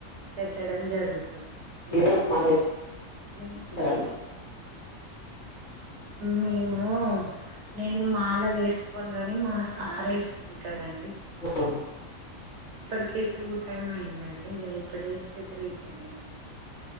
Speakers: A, on the right; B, on the left.
A: పెట్టడం జరుగు
B: మీరు కూడా మల వేసుకుంటారండి
A: మేము మేము నేను మాల వేసుకోను గాని మా సార్ వేసు కుంటాడండి
B: అవును
A: ఇప్పటికే టూ టైమ్ అయిందండి ఈగ ఇప్పుడ వేస్తే త్రీ టైమ్ అయితది